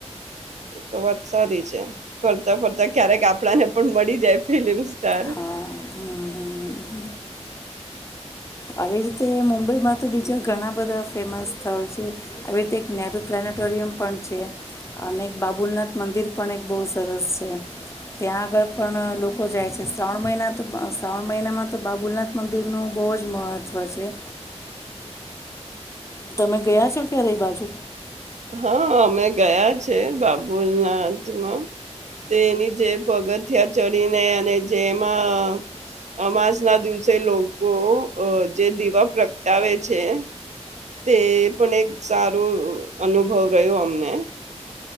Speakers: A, on the right (about 80°); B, on the left (about 25°).
A: એ તો વાત સારી છે ફરતા ફરતા ક્યારેક આપણાને પણ મળી જાય ફિલ્લમ સ્ટાર.
B: હા હમ હમ હમ. આવી રીતે મુંબઈમાં તો બીજા ઘણા બધા ફેમસ સ્થળ છે. આવી રીતે એક નહેરુ પ્લાનેટોરિયમ પણ છે, અને એક બાબુલનાથ મંદિર પણ એક બહુ સરસ છે ત્યાં આગળ પણ લોકો જાય છે શ્રાવણ મહિના તો શ્રાવણ મહિનામાં તો બાબુલનાથ મંદિરનું બહુ જ જ મહત્ત્વ છે તમે ગયા છો ક્યારેય એ બાજુ
A: હા અમે ગયા છીએ બાબુલનાથમાં. તે એની જે પગત હઠયા ચડીને અને જેમાં અમાસ ના દિવસે લોકો જે દીવા પ્રગટાવે છે તે પણ એક સારું અનુભવ રહ્યો અમને